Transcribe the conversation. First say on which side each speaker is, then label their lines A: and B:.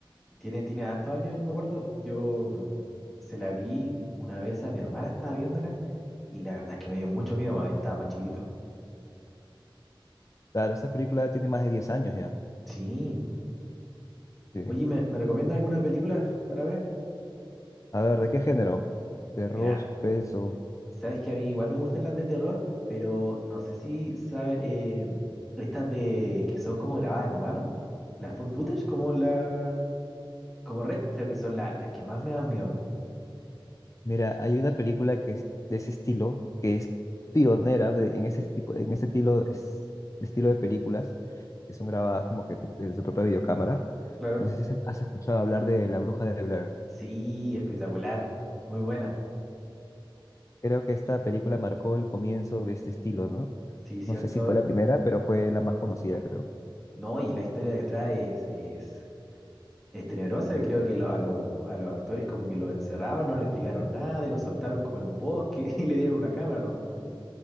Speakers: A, in the centre; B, on the left.
A: tiene, tiene hartos años, yo me acuerdo, yo mm, se la vi una vez a mi hermana, estaba viéndola, y la verdad es que me dio mucho miedo cuando estaba más chiquitito.
B: Claro, esta película tiene más de 10 años ya.
A: Sí.
B: Sí.
A: Oye, ¿me, me recomienda alguna película para ver?
B: A ver, ¿de qué género? Terror,
A: Mira,
B: suspenso.
A: sabes que a mí igual me gustan las de terror, pero no sé si sabes, estas de que son como grabadas en mano, las found footage, como la, como Rec, creo que son la- las que más me dan miedo.
B: Mira, hay una película que es de ese estilo, que es pionera de- en ese tipo, en ese estilo, es- estilo de películas, que son grabadas como que tu- desde tu propia videocámara.
A: Claro.
B: No sé si has escuchado hablar de La Bruja de Blair.
A: Sí, espectacular, muy buena.
B: Creo que esta película marcó el comienzo de este estilo, ¿no?
A: Sí, cierto.
B: No sé si fue la primera, pero fue la más conocida, creo.
A: No, y la historia detrás es, es, es tenebrosa. y Creo que lo- a, lo- a los actores como que lo encerraban, no le explicaron nada y lo soltaron como en un bosque <laughs> y le dieron una cámara nomás.